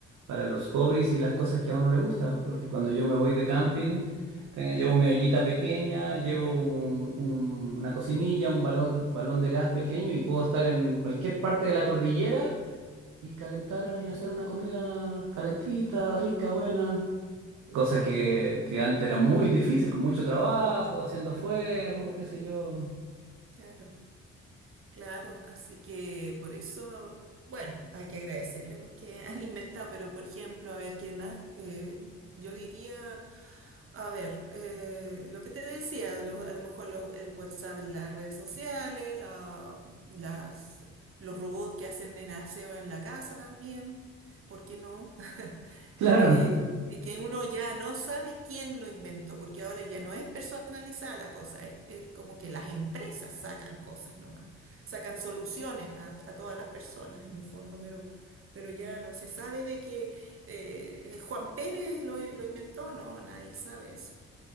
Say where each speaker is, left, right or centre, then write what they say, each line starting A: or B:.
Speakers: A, on the right; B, on the right.
A: para los hobbies y las cosas que a uno le gusta. Porque cuando yo me voy de camping, te- llevo
B: Mm,
A: mi ollita pequeña, llevo un- un- una cocinilla, un balón, balón de gas pequeño y puedo estar en cualquier parte de la cordillera y calentar y hacer una comida calentita, rica, buena.
B: claro,
A: Cosa que, que antes era muy difícil, con mucho trabajo, haciendo fuego, qué sé yo.
B: claro. Claro, así que por eso, bueno, hay que agradecerle a los que <laughs> han inventado, pero por ejemplo, a ver, ¿qué más? Eh, yo diría. A ver, eh, lo que te decía, lo- a lo mejor los, el WhatsApp en las redes sociales, la- las, los robots que hacen el aseo en la casa también, ¿por qué no? <laughs>
A: Claro.
B: Y que, y que uno ya no sabe quién lo inventó, porque ahora ya no es personalizada la cosa, es, es como que las empresas sacan cosas nomás, sacan soluciones a, a todas las personas en el fondo, pero, pero ya no se sabe de qué eh, Juan Pérez lo, lo inventó, no, nadie sabe eso.